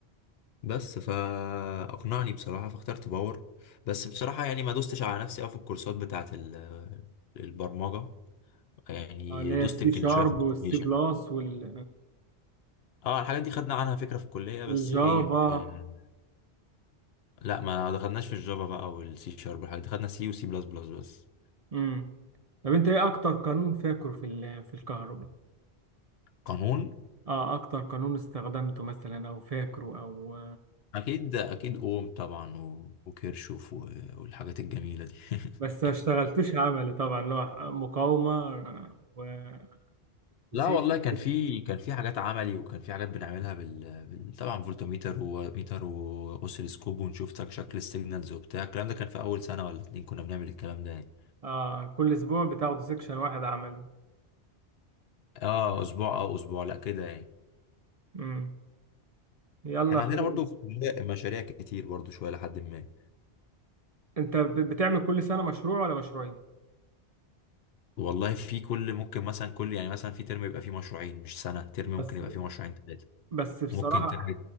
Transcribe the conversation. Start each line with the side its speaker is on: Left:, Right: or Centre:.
Left: بس فاقنعني بصراحة فاخترت باور بس بصراحة يعني ما دوستش على نفسي قوي في الكورسات بتاعت ال- البرمجة يعني
Right: اه اللي هي
Left: دوست
Right: السي
Left: يمكن
Right: شارب
Left: شوية في الابلكيشن
Right: والسي بلس وال
Left: اه الحاجات دي خدنا عنها فكرة في الكلية
Right: والجافا
Left: بس ايه آه، لا ما دخلناش في الجافا بقى والسي شارب والحاجات دي. دخلنا سي وسي بلس بلس بس
Right: امم طب انت ايه اكتر قانون فاكره في ال... في الكهرباء
Left: قانون
Right: اه اكتر قانون استخدمته مثلا او فاكره او
Left: اكيد اكيد اوم طبعا و- وكيرشوف و- والحاجات الجميله دي <laughs>
Right: بس ما اشتغلتوش عملي طبعا اللي هو مقاومة آه، و- وسيكشن
Left: لا والله كان في كان في حاجات عملي وكان في حاجات بنعملها بال, بال... طبعا فولتميتر وميتر واوسيلوسكوب ونشوف تك- شكل السيجنالز وبتاع الكلام ده كان في اول سنه ولا اتنين كنا بنعمل الكلام ده يعني
Right: آه كل أسبوع بتاخدوا سيكشن واحد عملي
Left: اه اسبوع اه اسبوع لا كده يعني
Right: مم. يلا
Left: احنا عندنا
Right: خير.
Left: برضو في الكلية مشاريع كتير برضو شويه لحد ما
Right: أنت بت- بتعمل كل سنة مشروع ولا مشروعين؟
Left: والله في كل ممكن مثلا كل يعني مثلا في ترم يبقى فيه مشروعين مش سنة ترم ممكن
Right: بس
Left: يبقى فيه مشروعين ثلاثة
Right: بس بصراحة
Left: ممكن ترم